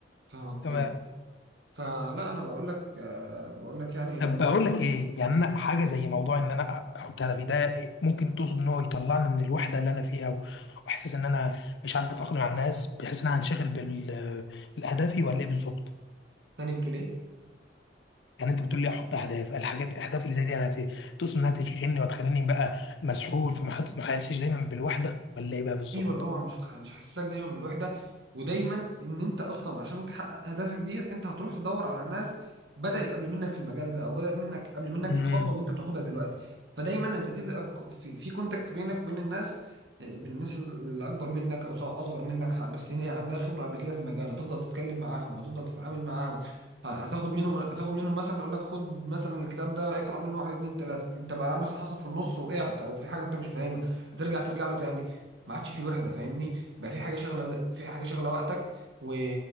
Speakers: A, on the right (about 75°); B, on the left (about 85°).
A: فاهمك
B: تمام
A: جدا فلا انا بقول لك آه، بقول لك يعني ان
B: طب بقول لك ايه يعني انا حاجه زي موضوع ان انا احط هدفي ده ممكن تقصد ان هو يطلعني من الوحده اللي انا فيها و- واحساس ان انا مش عارف اتاقلم مع الناس بحيث ان انا هنشغل بال- بالاهدافي ولا ايه بالظبط
A: تاني بتقول ايه
B: يعني انت بتقول لي احط اهداف الحاجات الاهداف اللي زي دي انا هت- تقصد انها تشغلني وتخليني بقى مسحول فما حدش- ما احسش دايما بالوحده ولا ايه بقى بالظبط
A: ايوه طبعا مش هتخ- مش هيحسسك دايما بالوحده ودايما ان انت اصلا عشان تحقق هدفك ديت انت هتروح تدور على ناس بدات قبل منك في المجال ده او بدات منك قبل منك
B: امم
A: في الخطوه اللي انت بتاخدها دلوقتي فدايما انت تبقى بك- في, في كونتاكت بينك وبين الناس آه، بين الناس اللي اكبر منك او سواء اصغر منك ح- بس هي عندها خبره قبل كده في المجال هتفضل تتكلم معاهم هتفضل تتعامل معاهم ه- هتاخد منهم هتاخد منهم مثلا اقول لك خد مثلا الكتاب ده اقرا منه واحد اتنين تلاته انت بقى مثلا حصل في النص وقعت او في حاجه انت مش فاهمها هترجع ترجع له تاني ما عادش في وحده فاهمني بقى في حاجه شغله في حاجه شغله وقتك و...